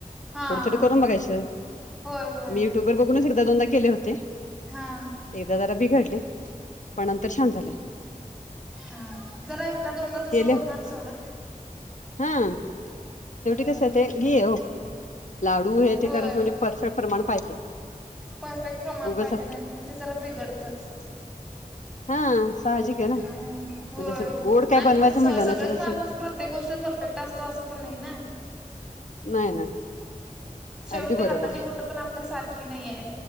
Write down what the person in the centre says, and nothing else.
हां
हां
होय होय
हां
हा जरा एकदा दोनदा तस
होणार सोडा.
हं.
होय
परफेक्ट प्रमाण
पाहिजे नाही तर मग ते जरा बिघडतच.
हं. होय
आणि
स
सगळेच
माणूस प्रत्येक गोष्ट परफेक्ट असतो असं पण नाही ना.
शेवटी
हाताची
बोट पण आपल्या सारखे नाहीएत.